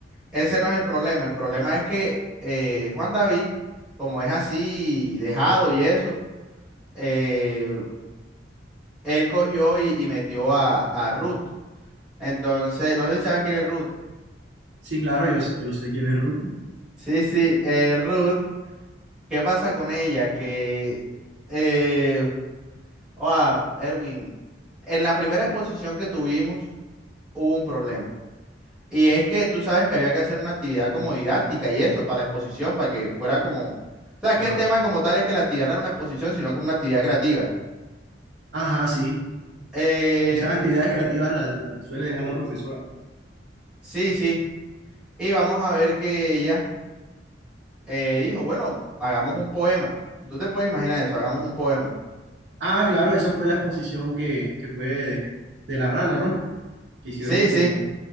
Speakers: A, in the centre; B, on the right.
A: Ese no es el problema. El problema es que eh, Juan David, como es así dejado y eso, eh, él cogió y, y metió a, a Ruth. Entonces, no sé si sabes quién es Ruth.
B: Sí, claro, yo, yo sé quién es Ruth.
A: Sí, sí, eh, Ruth. ¿Qué pasa con ella? Que, eh, ah, Erwin, en la primera exposición que tuvimos hubo un problema. Y es que tú sabes que había que hacer una actividad como didáctica y eso, para la exposición, para que fuera como... O sea,
B: Ajá.
A: es que el tema como tal es que la actividad no era una exposición, sino como una actividad creativa.
B: Ajá, sí.
A: Em,
B: Esas actividades creativas las las suele dejar la profesora.
A: sí, sí. Y vamos a ver que ella eh, dijo, bueno, hagamos un poema. Tú te puedes imaginar eso, hagamos un poema.
B: Ah, claro, esa fue la exposición que, que fue de, de la rana, ¿no? Que hicieron
A: Sí,
B: como
A: sí.